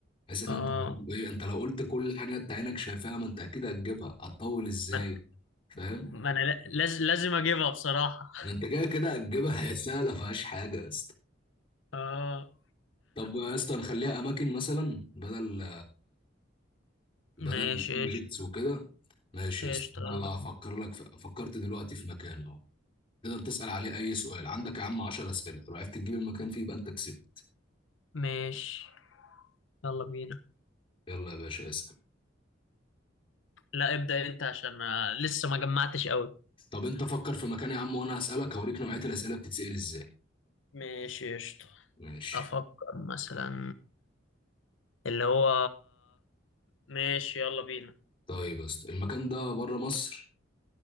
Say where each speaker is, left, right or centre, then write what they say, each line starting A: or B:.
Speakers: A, on the left (about 30°); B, on the left (about 80°).
A: بحيث ان
B: آه
A: انت تجيب ايه انت لو قلت كل حاجة انت عينك شايفاها ما انت اكيد هتجيبها هتطول ازاي
B: ما
A: فاهم
B: ما أنا لا- لاز- لازم أجيبها بصراحة
A: ده انت كده كده هتجيبها <laughs> هي سهلة فيهاش حاجة يا اسطى
B: آه
A: طب يا اسطى نخليها اماكن مثلا بدل بدل
B: ماشي
A: اوبجكتس
B: قشطة
A: وكده ماشي
B: قشطة،
A: يا اسطى
B: يلا
A: انا هفكر لك في... فكرت دلوقتي في مكان اهو تقدر تسأل عليه أي سؤال عندك يا عم 10 أسئلة لو عرفت تجيب المكان فيه يبقى أنت كسبت
B: ماشي يلا بينا
A: يلا يا باشا اسأل
B: لا ابدأ انت عشان آه، لسه ما جمعتش قوي
A: طب أنت فكر في مكان يا عم وأنا هسألك هوريك نوعية الأسئلة بتتسأل إزاي
B: ماشي قشطة
A: ماشي
B: افكر مثلا اللي هو ماشي يلا بينا
A: طيب يا اسطى المكان ده بره مصر